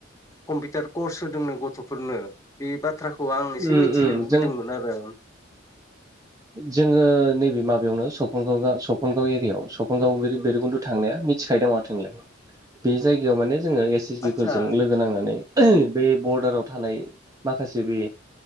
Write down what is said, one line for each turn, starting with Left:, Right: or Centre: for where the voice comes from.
Left: कम्पिटार कर्स होदोंनो गथ'फोरनो। बे बाथ थ्राखौ आं एसे
Right: उम
Left: मिथिनो
Right: उम
Left: लुबैदोंमोन
Right: जों
Left: आरो उम।
Right: जोङो नैबे माबायावनो सपनगाव गा सपनगाव एरियायाव सपनगाव बैरुगुन्दु थांनाया मि थिखायोदां माथो नोंलाय। बे जायगायाव माने जोङो एस एस बि
Left: आतसा
Right: फोरजों लोगो नांनानै बै बरडाराव थानाय माखासे बे